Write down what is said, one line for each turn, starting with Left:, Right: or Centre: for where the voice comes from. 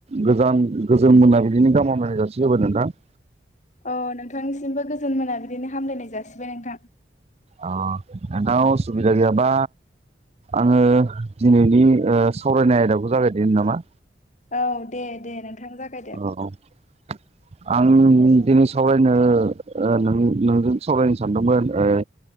Right: गोजान गोजोन मोनाबिलि गाहाम हामलायनायखौ जासि होबाय नोंथां। <inaudible>
Left: अ नोंथांनिसिमबो गोजोन मोनाबिलिनि हामलायनाय जासिबाय नोंथां।
Right: अ नोंथाङा उसुबिदा गैयाबा आङो दिनैनि ओ सावरायनाय आयदाखौ जागायदिनि नामा?
Left: औ दे दे नोंथां जागायदो।
Right: औ औ <inaudible> आं दिनै सावरायनो ओ नोंजों सावरायनो सानदोंमोन ओ